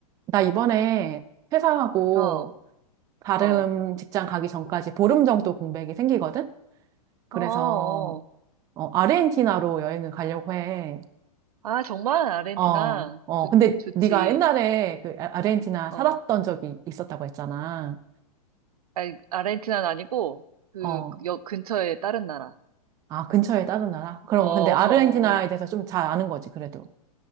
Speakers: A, on the right; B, on the right.
A: 나 이번에 퇴사하고
B: 어,
A: 다른
B: 어,
A: 직장 가기 전까지 보름 정도 공백이 생기거든? 그래서
B: 어, 어.
A: 어, 아르헨티나로 여행을 가려고 해.
B: 아, 정말 아르헨티나.
A: 어, 어.
B: 좋,
A: 근데
B: 좋지.
A: 네가 옛날에 그 아- 아르헨티나
B: 어.
A: 살았던 적이 있었다고 했잖아.
B: 아니, 아르헨티나는 아니고, 그,
A: 어.
B: 그 역 근처에 다른 나라.
A: 아, 근처에 다른 나라? 그럼
B: 어, 어,
A: 근데 아르헨티나에
B: 어.
A: 대해서
B: 어.
A: 좀 잘 아는 거지, 그래도.